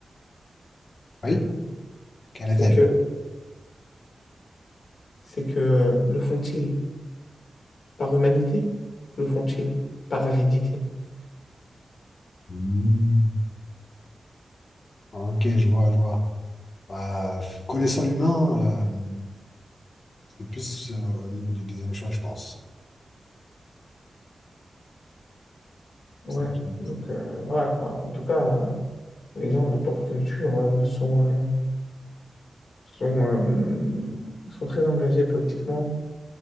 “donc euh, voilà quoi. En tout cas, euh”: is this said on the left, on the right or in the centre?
Left